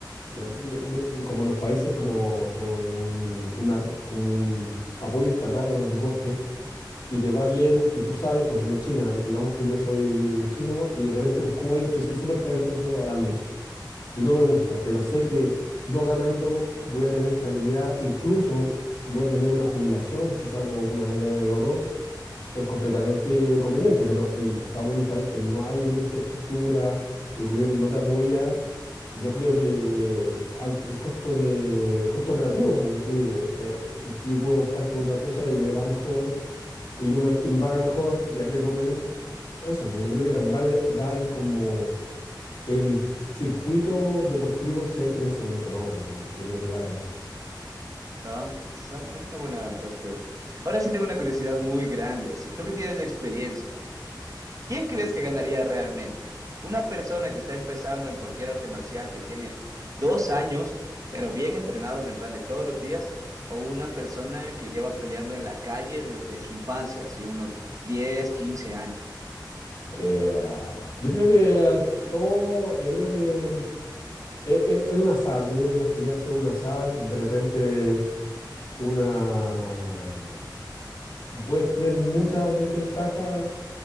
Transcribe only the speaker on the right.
Ah, es una buena respuesta. Ahora sí tengo una curiosidad muy grande, así. Tú que tienes de experiencia. ¿Quién crees que ganaría realmente? ¿Una persona que está empezando en cualquier arte marcial que tiene dos años, pero bien entrenados en plan de todos los días? ¿O una persona que lleva peleando en la calle desde su infancia, así unos 10, 15 años?